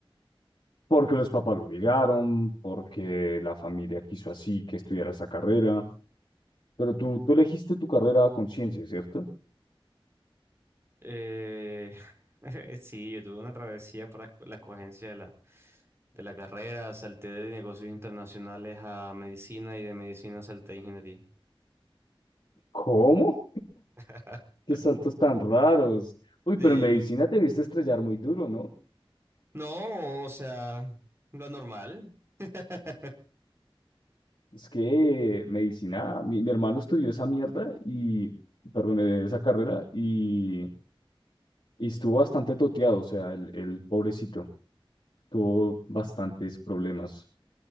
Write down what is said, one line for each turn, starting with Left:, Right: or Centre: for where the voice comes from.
Left: porque los papás lo obligaron, porque la familia quiso así que estudiara esa carrera. Pero tú, tú elegiste tu carrera a conciencia, ¿cierto?
Right: Eh, <laughs> sí, yo tuve una travesía para esco- la escogencia de la, de la carrera, salté de negocios internacionales a medicina y de medicina salté a ingeniería.
Left: ¿Cómo?
Right: <laughs>
Left: ¿Qué saltos tan raros? Uy,
Right: Sí.
Left: pero en medicina te viste estrellar muy duro, ¿no?
Right: No, o sea, lo normal. <laughs>
Left: Es que medicina, mi, mi hermano estudió esa mierda y, perdón, eh, esa carrera y, y estuvo bastante toteado, o sea, el, el pobrecito tuvo bastantes problemas.